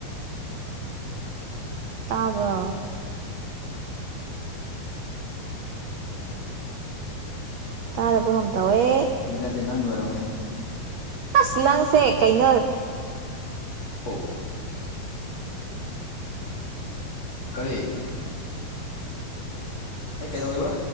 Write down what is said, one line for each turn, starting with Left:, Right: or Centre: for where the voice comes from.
Right: ꯇꯥꯕ꯭ꯔꯣ ꯇꯥꯗꯕꯒꯨꯝ ꯇꯧꯋꯦ
Left: ꯑꯩꯒꯤ ꯅꯠꯇꯦ ꯅꯪꯒꯤ ꯑꯣꯏꯔꯝꯒꯅꯤ
Right: ꯑꯁ ꯅꯪꯁꯦ ꯀꯩꯅꯣ
Left: ꯑꯣ ꯀꯔꯤ ꯑꯩ ꯀꯩꯗꯧꯋꯦꯕ